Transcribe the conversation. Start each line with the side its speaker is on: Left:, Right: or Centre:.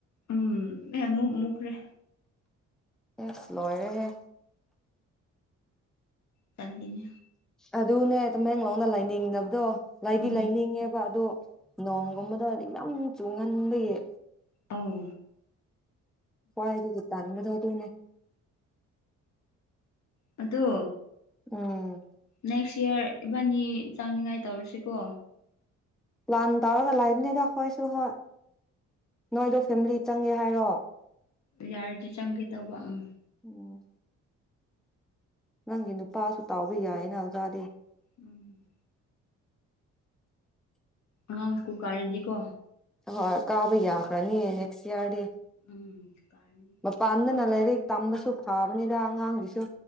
Left: ꯎꯝ ꯑꯦ ꯃꯈꯔꯦ
Centre: ꯁ ꯂꯣꯏ ꯔꯦꯍꯦ
Left: ꯆꯠꯂꯤꯅꯦ
Centre: ꯑꯗꯨꯅꯦ ꯇꯃꯦꯦꯡ ꯂꯥꯎꯅ ꯂꯥꯏꯅꯤꯡꯗꯕꯗꯣ ꯂꯩꯗꯤ
Left: ꯎꯝ
Centre: ꯂꯩꯅꯤꯡꯉꯦꯕ ꯑꯗꯣ ꯅꯣꯡꯒꯨꯝꯕꯗ ꯌꯥꯝ ꯆꯨꯡꯍꯟꯕꯌꯦ
Left: ꯑꯣ
Centre: ꯐꯋꯥꯏꯔꯤ ꯇ ꯊ ꯑꯗꯨꯅ
Left: ꯑꯗꯣ
Centre: ꯎꯝ
Left: ꯅꯦꯛꯁ ꯏꯌꯥꯔ ꯏꯕꯥꯅꯤ ꯆꯥꯅꯤꯉꯥꯏ ꯇꯧꯔꯁꯤꯀꯣ
Centre: ꯄ꯭ꯂꯥꯟ ꯇꯧꯔꯒ ꯂꯥꯛꯏꯕꯅꯤꯗ ꯑꯩꯈꯣꯏꯁꯨ ꯍꯣꯏ ꯅꯣꯏꯗꯣ ꯐꯦꯃꯤꯂꯤ ꯆꯪꯉꯦ ꯍꯥꯏꯔꯣ
Left: ꯌꯥꯔꯗꯤ ꯆꯪꯒꯦ ꯇꯧꯕ ꯎꯝ
Centre: ꯑꯣ ꯅꯪꯒꯤꯅ ꯄꯥꯁꯨ ꯇꯕ ꯌꯥꯌꯦ ꯅꯖꯗꯦ
Left: ꯎꯝ ꯑꯉꯥꯡ ꯁꯀꯨꯜ ꯀꯥꯔꯗꯤꯀꯣ
Centre: ꯍꯣꯏ ꯀꯥꯕ ꯌꯥꯈ꯭ꯔꯅꯤꯌꯦ ꯅꯦꯛꯁ ꯌꯥꯔꯗꯦ
Left: ꯎꯝ ꯀꯥꯔꯅꯤ
Centre: ꯃꯄꯅꯗꯅ‌ꯦ ꯂꯥꯏꯔꯤꯛ ꯇꯝꯕꯁꯨ ꯐꯥꯕꯅꯤꯗ ꯑꯉꯥꯡꯒꯤꯁꯨ